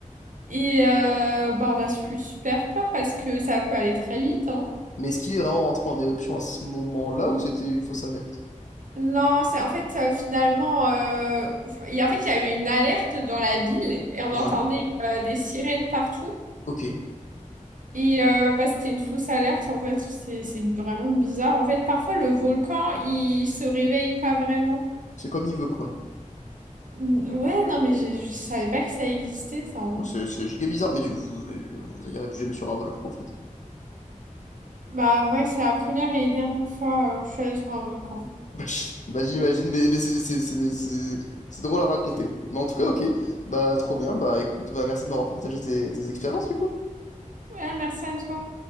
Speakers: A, on the right; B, on the left.
A: Et euh, bah, on a su- eu super peur parce que ça peut aller très vite, hein.
B: Mais est-ce qu'il est vraiment rentré en éruption à ce moment-là ou c'était une fausse alerte?
A: Non, c'est en fait euh, finalement, euh, il y a- en fait il y a eu une alerte dans la ville et on
B: Ouais,
A: entendait euh, des sirènes partout.
B: ok.
A: Et euh, bah, c'était une fausse alerte en fait, c'est c'est vraiment bizarre. En fait, parfois le volcan il se réveille pas vraiment.
B: C'est comme il veut quoi.
A: N- Ouais, non mais j'ai- je, savais pas que ça existait ça. hein.
B: C'est c'est giga bizarre, mais du- vous, vous irez plus jamais sur un volcan en fait.
A: Bah ouais, c'est la première et dernière fois euh, que je suis allée sur un volcan.
B: Bah <laughs> bah, j'imagine, mais, mais c'est c'est- c'est- c'est- c'est drôle à raconter. Mais en tout cas, ok, bah trop bien, bah écoute, bah merci de m'avoir partagé tes, tes expériences du coup.
A: Ouais, merci à toi.